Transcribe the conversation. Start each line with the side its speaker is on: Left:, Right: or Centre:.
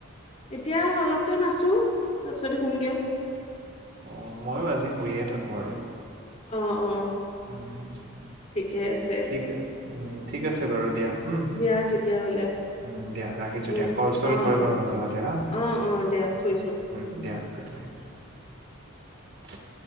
Left: এতিয়া অলপ টাইম আছো তাৰপিছতে হোমগে।
Right: অ ময়ো আজি শুইয়ে থাকোঁ আৰু।
Left: অ অ।
Right: উম,
Left: ঠিকে আছে।
Right: ঠিক আছে ঠিক আছে বাৰু দিয়া। হম
Left: দিয়া তেতিয়াহলে
Right: উম দিয়া ৰাখিছো
Left: উম
Right: দিয়া কল চল
Left: অ
Right: কৰিবা
Left: অ
Right: মাজে মাজে হা
Left: অ অ দিয়া থৈছো
Right: উম দিয়া। গুট নাইত